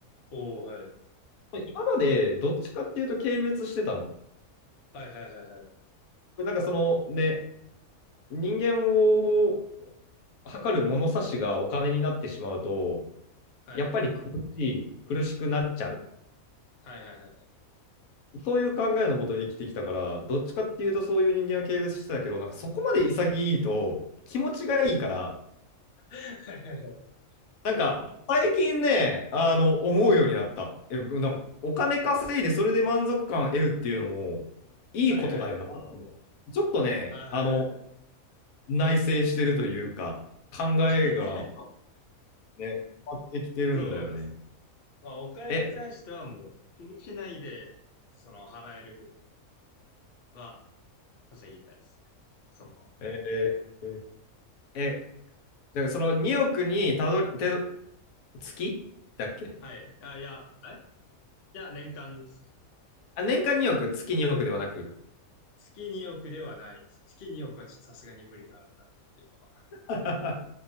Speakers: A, on the left (about 55°); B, on the left (about 75°).
A: おお、はい。
B: 今までどっちかっていうと軽蔑してたの。
A: はいはいはいはい。
B: なんかそのね、人間を測る物差しがお金になってしまうと、
A: はい。
B: やっぱり苦しい、苦しくなっちゃう。
A: はいはいはいは
B: そういう考えのもと生きてきたから、どっちかっていうとそういう人間は軽蔑してたけど、なんかそこまで潔いと気持ちがいいから、
A: い。
B: なんか最近ね、あの、思うようになった。え、なんかお金稼いでそれで満足感得るっていうのもいいことだよな。
A: はいはいはいはい。
B: ちょっとね、
A: あ、はいはいはい。
B: あの、内省してるというか、考えが
A: <laughs>
B: ね、変わってきてるんだよね。
A: そうですね。まあ、お金に関してはもう気にしないで、
B: え、
A: その払えるぐらいは稼ぎたいですね。その、
B: えーえ、だからその2億にたどり、てど月だっけ
A: はい。あ、いや、えいや、年間ですね。
B: あ、年間2億、月2億ではなく。
A: 月2億ではないです。月2億はちょっとさすがに無理があるかなっていうのは。
B: <laughs>